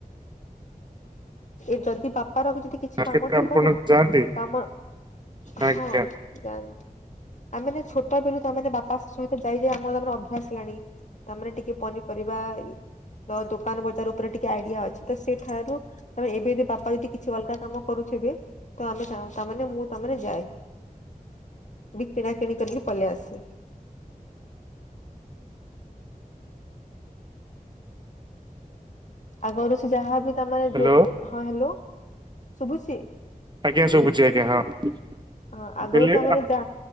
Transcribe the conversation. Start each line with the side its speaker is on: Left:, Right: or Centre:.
Left: ଏ ଯଦି ବାପାର ବି ଯଦି କିଛି
Right: ମାର୍କେଟ
Left: କାମ ଥିବ
Right: ଆପଣ
Left: ନା ଏ
Right: ଯାଆନ୍ତି
Left: କାମ
Right: ଆଜ୍ଞା
Left: ହଁ ଜାଣି ଆମେ ଛୋଟ ବିଲୁ ତମେ ବାପା ସହିତ ଯାଇଯାଇ ଆମର ଆମର ଅଭ୍ୟାସ ହେଲାଣି। ତାମରେ ଟିକେ ପନିପରିବା ଇ ତ ଦୋକାନ ବଜାର ଉପରେ ଟିକେ ଆଇଡିଆ ଅଛି ତ ସେଠାରୁୁ ତ ଏବେ ବି ବାପା ଯଦି କିଛି ଅଲଗା କାମ କରୁଥିବେ ତ ଆମେ ତାମାନେ ମୁଁ ତାମାନେେ ଯାଏ ବି କିଣା କିିଣି କରିକି ପଳେଇ ଆସେ। ଆଗରୁ ସେ ଯାହା ବି ତାମାନେ
Right: ହ୍ୟାଲୋ
Left: ଯୋଉ ହଁ ହ୍ୟାଲୋ ଶୁଭୁଛି।
Right: ଆଜ୍ଞା ଶୁଭୁଛି ଆଜ୍ଞା ହଁ।
Left: ହଁ
Right: ମୁଁ
Left: ଆଗରୁ
Right: କହିଲି
Left: ତମାନେ ଯା